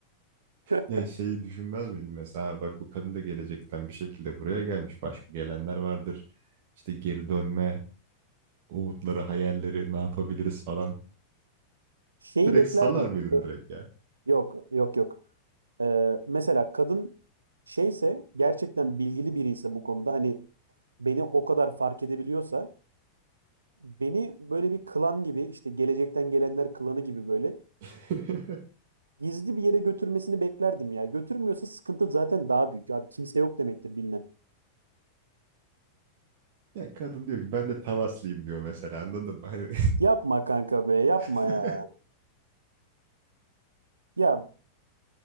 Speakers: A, on the right; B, on the right.
A: <laughs>
B: Ya şeyi düşünmez miydin mesela bak bu kadın da gelecekten bir şekilde buraya gelmiş. Başka gelenler vardır. İşte geri dönme umutları, hayalleri ne yapabiliriz falan.
A: Şeyi
B: Direkt
A: beklerdim.
B: salar mıydın direkt ya?
A: Yok, yok, yok. Ee, mesela kadın şeyse gerçekten bilgili biri ise bu konuda hani beni o kadar fark edebiliyorsa beni böyle bir klan gibi işte gelecekten gelenler klanı gibi böyle
B: <laughs>
A: gizli bir yere götürmesini beklerdim ya. Götürmüyorsa sıkıntı zaten daha büyük. Abi kimse yok demektir bilinen.
B: Ya kadın diyor ki ben de Tavaslıyım diyor mesela anladın mı? Hani...
A: Yapma kanka be yapma
B: <laughs>
A: ya. Ya